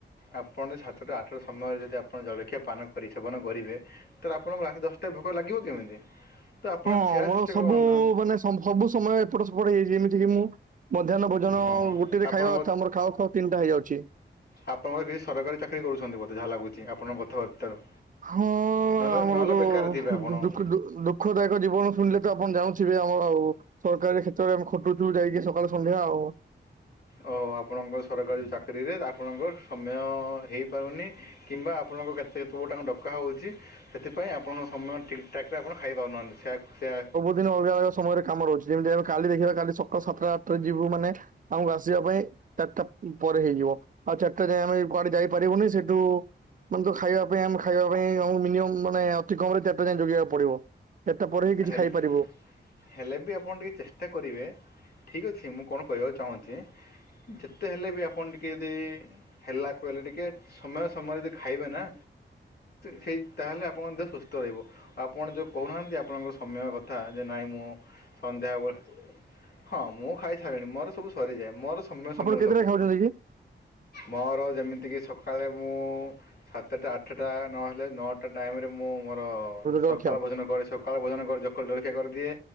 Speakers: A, on the left; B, on the right.
A: ଆପଣ ସାତଟା ଆଠଟା ସମୟରେ ଯଦି ଆପଣ ଜଳଖିଆ ପାନ କରି ଛେବନ କରିବେ ତାର ଆପଣଙ୍କୁ ରାତି ଦଶଟାରେ ଭୋକ ଲାଗିବ କେମିତି? ତ ଆପଣ
B: ହଁ
A: ସେୟା
B: ମୋର
A: ଚେଷ୍ଟା
B: ସବୁ,
A: କରନ୍ତୁ
B: ମାନେ ସଁ ସବୁ ସମୟ ଏପଟ ସେପଟ ହେଇଛି, ଯେମିତି କି ମୁଁ ମଧ୍ୟାହ୍ନ ଭୋଜନ
A: ହଁ
B: ଗୋଟେରେ
A: ଆପଣ
B: ଖାଇବା କଥା ଆମର ଖାଉ ଖାଉ ଖାଉ ତିନିଟା ହେଇଯାଉଛି।
A: ଆପଣଙ୍କର କିଛି ସରକାରୀ ଚାକିରି କରୁଛନ୍ତି ବୋଧେ ଯାହା ଲାଗୁଛି ଆପଣଙ୍କ କଥାବାର୍ତ୍ତାରୁ।
B: ହଁ,
A: ନହେଲେ
B: ଆମର
A: ନହେଲେ
B: ତ
A: ବେକାର ଥିବେ ଆପଣ
B: ଡୁ, ଦଖୁ ଦୁଖଦାୟକ ଜୀବନ ଶୁଣିଲେ ତ ଆପଣ ଜାୁଥିବେ ଆମର ଆଉ ସରକାରୀ କ୍ଷେତ୍ରରେ ଆମେ ଖଟୁଛୁ ଯାଇକି ସକାଳେ ସନ୍ଧ୍ୟା ଆଉ
A: ଓହୋ, ଆପଣଙ୍କ ସରକାରୀ ଚାକିରିରେ ଆପଣଙ୍କର ସମୟ ହେଇପାରୁନି। କିମ୍ବା ଆପଣଙ୍କ କେତେ ପୂର୍ବ ତାଙ୍କୁ ଡକା ହେଉଛି, ସେଥିପାଇଁ ଆପଣଙ୍କ ସମୟ ଠିକ୍ ଠାକ୍ ରେ ଆପଣ ଖାଇପାରୁନାହାନ୍ତି। ସ୍ୟାଟ ତା
B: ଦୀନ ଅଲଗା ଅଲଗା ସମୟରେ କାମ ରହୁଛି, ଯେମିତି ଆମେ କାଲି ଦେଖିବା କାଲି ସକାଳ ସାତଟା ଆଟାରେ ଯିବୁ ମାନେ ଆମକୁ ଆସିବା ପାଇଁ ଚାରିଟା ପରେ ହେଇଯିବ, ଆଉ ଚାରିଟା ଯାଏ ଆମେ କୁଆଡେ ଯାଇପାରିବୁନି, ସେଠୁ ମାନେ ତ ଖାଇବା ପାଇଁ, ଆମେ ଖାଇବା ପାଇଁ, ଆମକୁ ମିନିମମ୍ ମାନେ ଅତି କମରେ ଚାରିଟା ଯୋଗିବା ପଡି଼ବ, ଚାରିଟା ପରେ ହିଁ କିଛି
A: ହେଲେ
B: ଖାଇପାରିବ।
A: ହେଲେ ବି ଆପଣ ଟିକେ ଚେଷ୍ଟା କରିବେ, ଠିକ୍ ଅଛି। ମୁଁ କଣ କହିବାକୁ ଚାହୁଁଛି ଯେତେ ହେଲେ ବି ଆପଣ ଟିକେ ଯଦି ହେଲା କହିଲେ ଟିକେ ସମୟ ସମୟରେ ଯଦି ଖାଇବେ ନା ସେଇ ତାହେଲେ ଆପଣଙ୍କ ଦେହ ସୁସ୍ଥ ରହିବ, ଆପଣ ଯଉ କହୁନାହାନ୍ତି ଆପଣଙ୍କ ସମୟ କଥା, ଯେ ନାଇଁ ମୁଁ ସନ୍ଧ୍ୟାବେଳେ ହଁ, ମୁଁ ଖାଇ ସାରିଲିଣି, ମୋର ସବୁ ସରିଯାଏ, ମୋର ସମୟ
B: ଆପଣ
A: ସମୟ
B: କେତେଟା
A: ସବୁ
B: ଖାଉଛନ୍ତି କି
A: ମୋର ଯେମିତିକି ସକାଳେ ମୁଁ ସାତଟା, ଆଠଟା ନହେଲେ ନଅ ଆ ଟାଇମ୍ରେ ମୁଁ ମୋର ସକାଳ
B: ଜଳଖିଆ?
A: ଭୋଜନ କରେ ସକାଳୁ ଭୋଜନ କରି ଜଖ- ଜଳଖିଆ କରିଦିଏ,